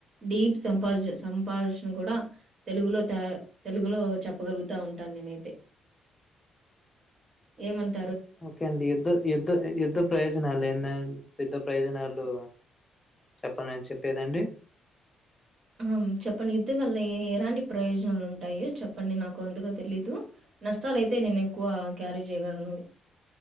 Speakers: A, on the right; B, on the left.
A: డీప్ సం సంభాషణ కూడా తెలుగులో తెలుగులో చెప్పగలుగుతా ఉంటాను నేనైతే ఏమంత
B: ఓకే అండి యుద్ధ యుద్ధ యుద్ధ ప్రయోజనాలు ఎ పెద్ద్ద ప్రయోజనాలు చెప్పం చెప్పేదండి
A: ఆ చెప్పండి ఇది వల్ల ఎలాంటి ప్రయోజనాలు ఉంటాయి చెప్పండి నాకు అందుగా తెలీదు నష్టాలుయితే నేను ఎక్కువ క్యారీ చేయగలను